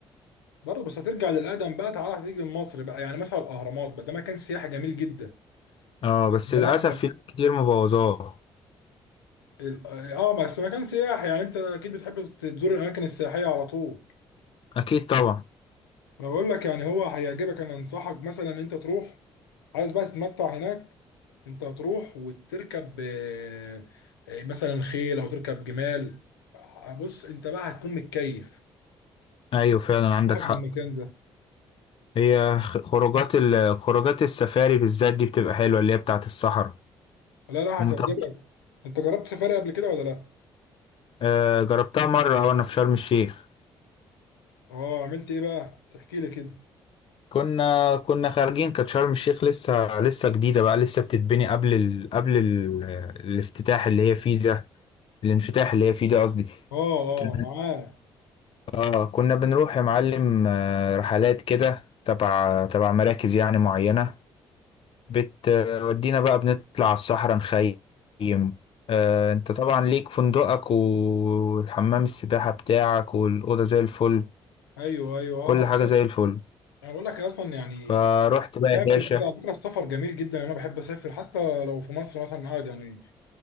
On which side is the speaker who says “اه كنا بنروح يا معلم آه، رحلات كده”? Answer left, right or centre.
Left